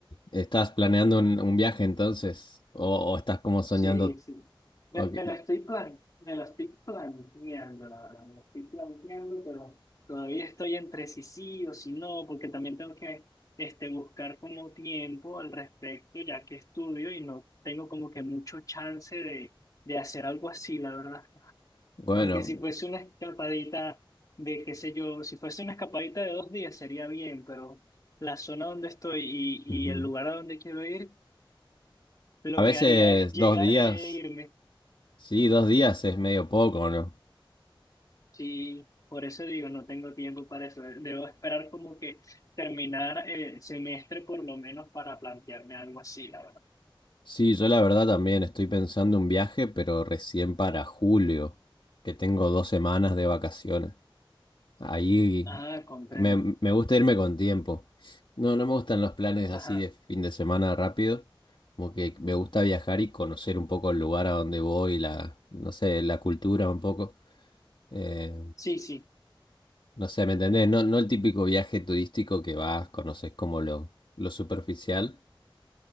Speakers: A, on the left (about 60°); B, on the left (about 40°).
A: ¿estás planeando un, un viaje entonces? ¿O, o estás como soñando?
B: Sí, sí. Me,
A: Ok,
B: me la estoy plan, me la estoy planteando, la verdad, me la estoy planteando, pero todavía estoy entre si sí o si no, porque también tengo que este, buscar como tiempo al respecto, ya que estudio y no tengo como que mucho chance de, de hacer algo así, la verdad.
A: Bueno,
B: Aunque si fuese una escapadita de, qué sé yo, si fuese una escapadita de dos días sería bien, pero la zona donde estoy y,
A: ujú.
B: y el lugar a donde quiero ir, lo
A: A veces
B: que haría es llegar
A: dos días,
B: e irme.
A: sí, dos días es medio poco, ¿no?
B: Sí, por eso digo, no tengo tiempo para eso. Debo esperar como que terminar el semestre por lo menos para plantearme algo así, la verdad.
A: Sí, yo la verdad también estoy pensando un viaje, pero recién para julio, que tengo dos semanas de vacaciones. Ahí
B: Ah, comprendo.
A: me, me gusta irme con tiempo. No, no me gustan los planes
B: Ajá.
A: así de fin de semana rápido. Como que me gusta viajar y conocer un poco el lugar a donde voy, la, no sé, la cultura un poco. Eh,
B: Sí, sí.
A: no sé, ¿me entendés? No, no el típico viaje turístico que vas, conoces como lo, lo superficial.